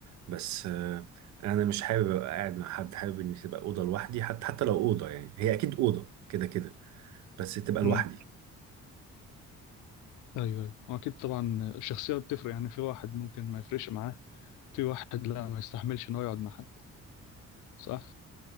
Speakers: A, on the right; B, on the left.
A: بس آه أنا مش حابب أبقى قاعد مع حد حابب إن تبقى أوضة لوحدي حتى حتى لو أوضة يعني هي أكيد أوضة كده كده بس تبقى لوحدي
B: امم أيوه أيوه وأكيد طبعا الشخصية بتفرق يعني في واحد ممكن ما يفرقش معاه في واحد لا ما يستحملش إن هو يقعد مع حد صح؟